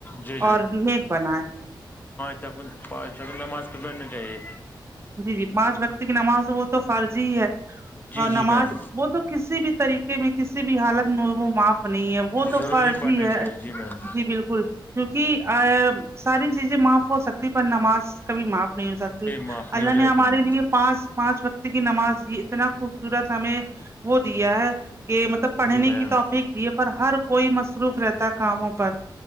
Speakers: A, on the left (about 20°); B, on the right (about 30°).
A: جی
B: اور نیک بنائے
A: ج پا نماز پ پڑنا چاہیے
B: جی جی پانچ بکتی کی نماز ہے وہ تو فرضی ہی ہے
A: جی
B: اور نماز
A: جی میم
B: وہ تو کسی بھی طریقے میں کسی بھی حالت میں وہ معاف نہیں ہے وہ تو
A: ضروری
B: فرض
A: پڑھنی
B: ہی ہے
A: چاہیے جی میم
B: جی بالکل کیونکہ ا ساری چیزیں معاف ہو سکتی پر نماز کبھی معاف نہیں ہو سکتی
A: معاف نہیں
B: اللہ
A: ہو جائے
B: نے ہمارے
A: گی میم
B: نہیںے پانچ پانچ وقت کی نماز اتنا خوبصورت ہمیں وہ دیا ہے کہ مطلب پڑھنے
A: جی میم
B: کی توفق پر ہر کوئی مصروف رہتا کاموں پر